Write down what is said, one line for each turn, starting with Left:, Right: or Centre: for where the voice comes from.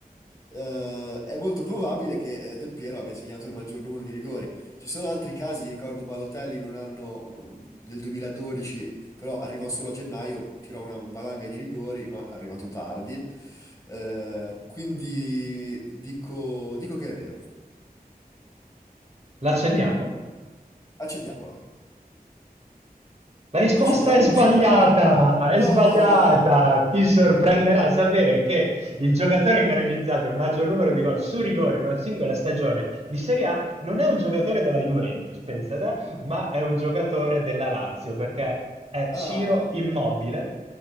Left: eh, è molto probabile che eh, Del Piero abbia segnato il maggior numero di rigori. Ci sono altri casi, ricordo Balotelli in un anno, ehm, nel 2012, però arrivò solo a gennaio, tirò una valanga di rigori, ma è arrivato tardi. Eh, quindi dico dico che è vero.
Right: L'accendiamo?
Left: Accendiamola.
Right: La risposta
Left: Accendiamola,
Right: è sbagliata,
Left: accendiamola. No!
Right: è sbagliata. Ti sorprenderà sapere che il giocatore che ha realizzato il maggior numero di gol su rigore in una singola stagione di Serie A non è un giocatore della Juventus, pensate, ma è un giocatore della Lazio, perché è Ciro
Left: Ah,
Right: Immobile,